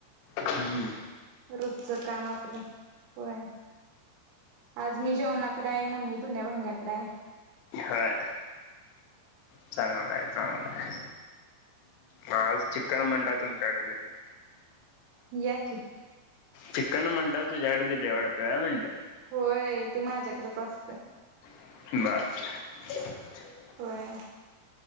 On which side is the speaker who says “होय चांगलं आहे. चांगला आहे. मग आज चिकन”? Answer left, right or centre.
Left